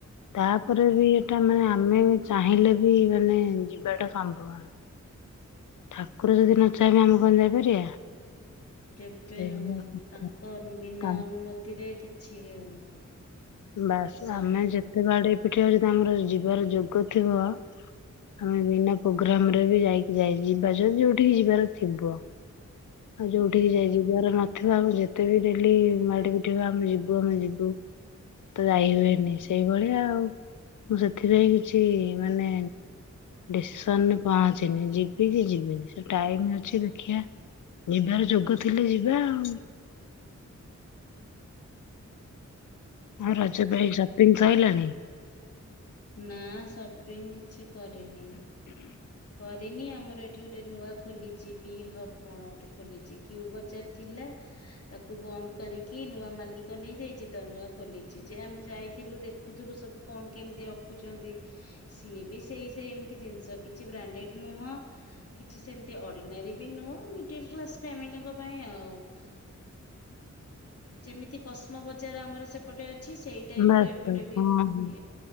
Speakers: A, on the left; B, on the left.
A: ତାପରେ ବି ସେଟା ମାନେ ଆମେ ଚାହିଁଲେ ବି ମାନେ ଯିବାଟା ସମ୍ଭବ ଠାକୁର ଯଦି ନ ଚାହିଁବେ ଆମେ କଣ ଯାଇପାରିବା?
B: କେବେ
A: ସେଇଭଳିଆ
B: ନୁହଁ ତାଙ୍କ ବିନା
A: କଥା।
B: ଅନୁମତିରେ କି ଛି ହେଉନି
A: ବାସ୍
B: ସପ
A: ଆମେ ଯେତେ ବାଡେ ଦେଖିବ ଯଦି ଆମର ଯିବାର ଯୋଗ ଥିବ ଆମେ ବିନା ପୋଗ୍ରାମ ରେ ବି ଯାଇକି ଯାଇ ଯିବା ଯ ଯୋଉଠିକି ଯିବାର ଥିଵ ଆଉ ଯୋଉଠିକି
B: ହଁ
A: ଯାଇ ଯିବାର ନ <unintelligible> ଯେତେ ବି ଡେଲି ମାଡି ପିଟି ହେବା ଆମେ ଯିବୁ ଆମେ ଯିବୁ ତ ଯାଇ ହୁଏନି ସେଇଭଳିଆ ଆଉ ମୁଁ ସେଥିପାଇଁ କିଛି ମାନେ ଡିସିସନ୍ ରେ ପହଞ୍ଚିନି ଯିବି କି ଯିବିନି ସେ ଟାଇମ ଅଛି ଦେଖିଆ ଯିବାର ଯୋଗ ଥିଲେ ଯିବା ଆଉ। ହଁ ରଜ ପାଇଁ ସ ଜିନିଷ ଆଇଲାଣି
B: ନା ସପିଙ୍ଗ କିଛି ସରିନି ରିନି ଆମର ଏଠି ଗୋଟେ ନୂଆ ଖୋଲିଚି ବି ହବ କଣ ଗୋଟେ ଖୋଲିଚି କ୍ୟୁ ବଜାର ଥିଲା ତାକୁ ବନ୍ଦ କରିକି ନୂଆ ମାଲିକ ନେଇଯାଇଚି ତ ନୂଆ ଖୋଲିଚି ଯେ ଆମେ ଯାଇଥିଲୁ ଦେଖୁଥୁଲୁ ସବୁ କଣ କେମିତି ରଖୁଚନ୍ତି ସିଏ ବି ସେଇ ସେ ଏମତି ଜିନିଷ କି କିଛି ବ୍ରାଣ୍ଡେଡ ନୁହଁ କିଛି ସେମତି ଅର୍ଡିନାରୀ ବି ନୁହଁ ମିଡିଲ୍ କ୍ଲାସ ଫାମିଲିଙ୍କ ପାଇଁ ଆଉ <inaudible> ଯେମିତି କସ୍ମ ବଜାର ଆମର ସେପଟେ ଛି ସେଇ ଟାଇପ
A: ବାସ୍
B: ର ଏପଟେ
A: ବାସ୍
B: ବି
A: ହଁ
B: ଅଛି
A: ହଁ